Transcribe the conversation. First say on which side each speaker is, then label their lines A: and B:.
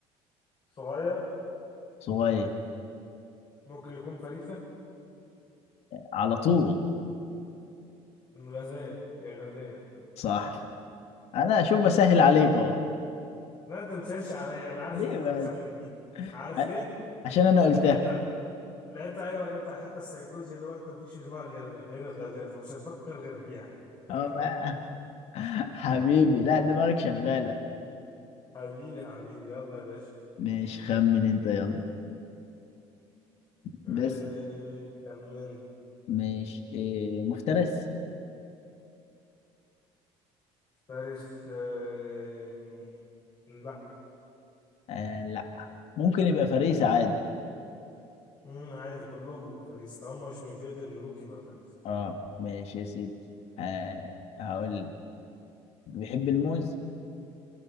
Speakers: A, on the left; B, on the left.
A: صغير
B: صغير
A: ممكن يكون فريسة
B: على طول
A: الغزال يا غزال
B: صح انا اشوف بسهل عليك اهو
A: لا انت بتسالش عليا انا عارف
B: ليه
A: ان انت
B: بقى
A: هتخمن دي عارف
B: ع-
A: ليه
B: عشان انا قلتها
A: لعبت على لعبت ايوه لعبت على الحته السيكولوجي اللي هو انت مفيش في دماغك غير غير الغزال فمش هتفكر غير فيها
B: اه
A: <laughs>
B: بقى. <laughs> حبيبي لا دماغك شغالة
A: حبيبي حبيبي يلا يا باشا
B: ماشي خمن انت يلا
A: آه،
B: بس
A: كمنت
B: ماشي إيه مفترس
A: تاريخ آه، م- لا
B: آه لا ممكن يبقى فريسة عادي
A: مم، عادي كلهم بيبقوا فريسة طالما مش من فئة الملوك يبقى فريسة
B: اه ماشي يا سيدي آه هقول بيحب الموز